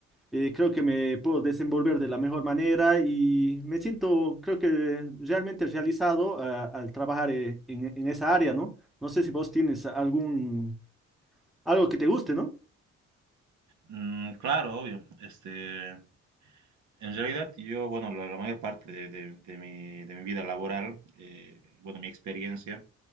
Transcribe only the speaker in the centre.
Eh, creo que me puedo desenvolver de la mejor manera y me siento, creo que realmente realizado ah, al trabajar eh, en, en esa área, ¿no? No sé si vos tienes algún, algo que te guste, ¿no?